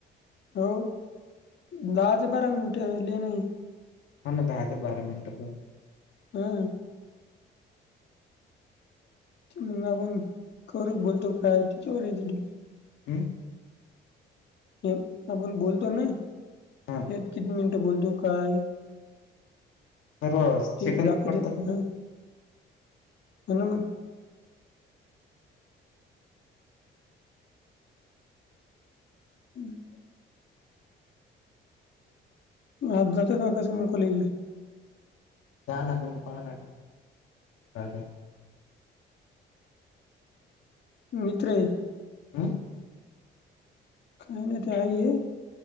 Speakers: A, on the left; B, on the left.
A: हो, दहा ते बारा मिनिट, लय नाही.
B: हा ना, दहा ते बारा मिनिटं प
A: हा. म आपण करू बोलतो काय, तिच्यावर हाय <unintelligible>
B: हम्म
A: ते आपण बोलतो नई,
B: हा
A: ते किती मि बोलतो काय?
B: सर्व
A: ते
B: सेकंद
A: दाखवते
B: पडतात ना
A: ह हो न मग हम्म. आज जातो का, कसं मग कॉलेजला?
B: <unintelligible>
A: मित्र हाय
B: हम?
A: काय नाही, ते आई ये